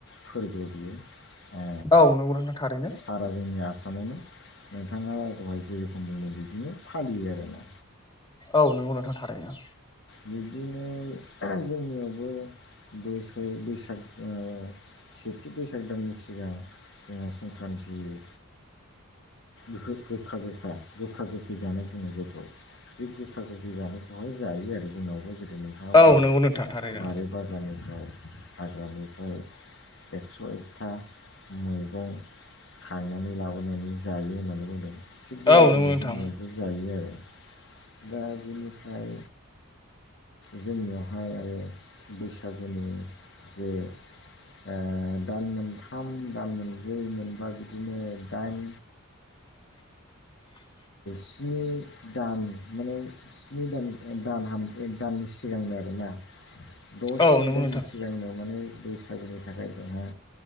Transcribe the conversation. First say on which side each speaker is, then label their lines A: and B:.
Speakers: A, on the left (about 55°); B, on the left (about 20°).
A: फोरबो बियो ओ
B: औ नंगौ नोंथां थारैनो
A: सारा जोंनिया आसामावनो नोंथाङा दहाय जेरखम बुंदों बिदिनो फालियो आरोना
B: औ नोंगौ नोथां थारैनो
A: बिबदिनो जोंनियावबो बो बैसाग ओ सेथि बैसाग दाननि सिगां जोंहा संक्रान्ति होयो ओ गो गोखा गोखा गोखा गोखै जानाय बुङो जायखौ बे गोखा गोखै जानायखौहाय जायो आरो जोंनावबो जेरै नोंथाङा
B: औ
A: बुंदों
B: नंगौ नोंथां थारैनो
A: बारि बागाननि ओमफ्राय हाग्रानिफ्राय एक्स' एकथा मैगं खांनानै लाबोनानै जायो होननानै बुंदों थिग बेबायदिनो
B: औ नंगौ नोंथां
A: जोंनियावबो जायो आरो। दा बिनिफ्राय जोंनियाव बेवहाय आरो बैसागोनि जे ओ दान मोनथाम दान मोनब्रै मोनबा बिदिनो दाइन
B: <inaudible>
A: स्नि दान माने स्नि दान दान दाननि सिगांनो आरो। मोना दअसनि
B: औ नंगौ
A: दाननि
B: नोंथां
A: सिगांनो माने बैसागुनि थाखाय जोंहा